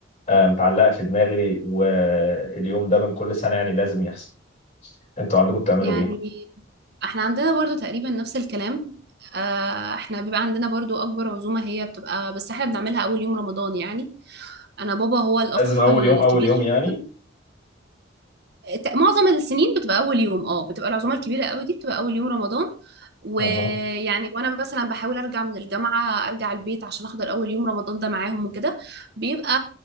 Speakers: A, on the left; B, on the right.
A: آه، متعلقه في دماغي واليوم ده من كل سنه يعني لازم يحصل انتوا عندكم بتعملوا
B: يعني
A: ايه
B: احنا عندنا برضو تقريبا نفس الكلام آه، احنا بيبقى عندنا برضو أكبر عزومة هي بتبقى بس احنا بنعملها أول يوم رمضان يعني أنا بابا هو الأخ
A: لازم اول
B: الكبير
A: يوم اول يوم يعني
B: ت- معظم السنين بتبقى اول يوم اه بتبقى العزومه الكبيره قوي دي بتبقى اول يوم رمضان ويعني
A: اها
B: وانا مثلا بحاول ارجع من الجامعه ارجع البيت عشان احضر اول يوم رمضان ده معاهم وكده بيبقى